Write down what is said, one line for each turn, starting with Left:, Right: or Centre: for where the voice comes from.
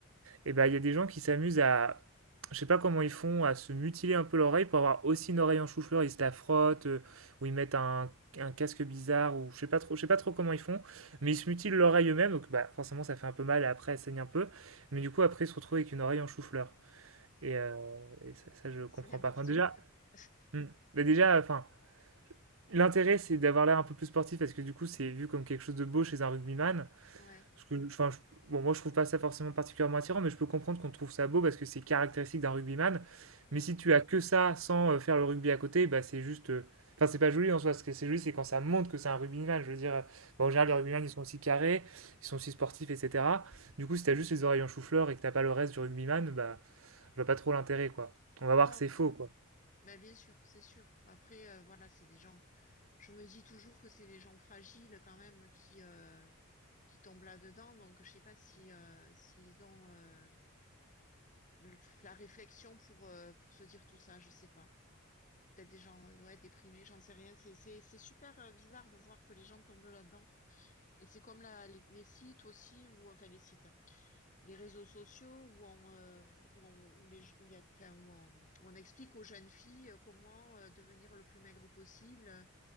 Right: Et ben, il y a des gens qui s'amusent à, je sais pas comment ils font, à se mutiler un peu l'oreille pour avoir aussi une oreille en chou-fleur. Ils se la frottent, euh, ou ils mettent un, un casque bizarre, ou je sais pas trop, je sais pas trop comment ils font, mais ils se mutilent l'oreille eux-mêmes, donc bah, forcément ça fait un peu mal et après elle saigne un peu. Mais du coup, après, ils se retrouvent avec une oreille en chou-fleur. Et, euh, et ça, ça, je
Left: c'est
Right: comprends
Left: n'importe
Right: pas. Enfin, déjà,
Left: quoi. <laughs>
Right: hmm, bah, déjà, enfin. L'intérêt, c'est d'avoir l'air un peu plus sportif parce que du coup, c'est vu comme quelque chose de beau chez un rugbyman.
Left: Ouais,
Right: Parce que, enfin, je- bon, moi je trouve pas ça forcément particulièrement attirant, mais je peux comprendre qu'on trouve ça beau parce que c'est caractéristique d'un rugbyman.
Left: ouais,
Right: Mais si tu as que ça sans euh, faire le rugby à côté, bah c'est juste. euh, Enfin, c'est pas joli en soi. Ce que c'est joli, c'est quand ça montre que c'est un rugbyman. Je veux dire, euh, bon, en général,
Left: ouais.
Right: les rugbyman ils sont aussi carrés, ils sont aussi sportifs, etc. Du coup, si t'as juste les oreilles en chou-fleur et que t'as pas le reste du rugbyman, bah, je vois pas trop l'intérêt, quoi. On va voir
Left: Non,
Right: que c'est
Left: mais
Right: faux,
Left: oui.
Right: quoi.
Left: Bah, bien sûr, c'est sûr. Après, euh, voilà, c'est des gens. Je me dis toujours que c'est des gens fragiles quand même qui euh, qui tombent là-dedans. Donc, je sais pas si euh, s'ils ont euh, le- la réflexion pour, euh, pour se dire tout ça, je sais pas. Peut-être des gens euh, ouais, déprimés, j'en sais rien. C'est, c'est, c'est super euh, bizarre de voir que les gens tombent là-dedans. Et c'est comme la, les, les sites aussi, ou enfin les sites, hein, les réseaux sociaux où on, euh, où on, où les, où il y a, enfin, où on, où on explique aux jeunes filles euh, comment euh, devenir le plus maigre possible.